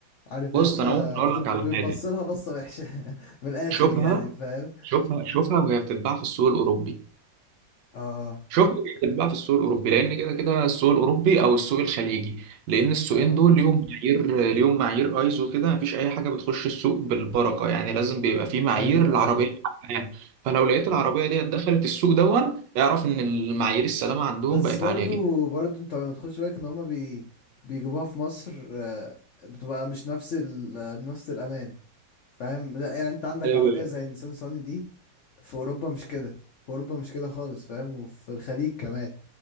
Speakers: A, on the left; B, on the right.
A: عارف
B: بص
A: انت
B: أنا ممكن أقول
A: بتب...
B: لك
A: بتبص
B: على حاجة
A: لها بصة وحشة <laughs> من الآخر
B: شوفها
A: يعني فاهم
B: شوفها شوفها وهي بتتباع في السوق الأوروبي
A: اه
B: شوف يكتب بقى في السوق الاوروبي لان كده كده السوق الاوروبي او السوق الخليجي لان السوقين
A: اه
B: دول ليهم معايير ليهم معايير ايزو كده مفيش اي حاجه بتخش السوق بالبركه يعني لازم بيبقى في معايير
A: ايوه
B: العربيه
A: ايوه
B: حقها فلو لقيت
A: ايوه
B: العربيه ديت دخلت السوق دون اعرف ان المعايير السلامه عندهم
A: بس
B: بقت
A: برضو
B: عاليه
A: برضو انت ما تخش بالك ان هما بي... بيجيبوها في مصر آه، بتبقى مش نفس ال... آه، نفس الأمان فاهم لا يعني انت عندك
B: جدا
A: عربية زي النيسان صاني دي في أوروبا مش كده في أوروبا مش كده خالص فاهم وفي الخليج كمان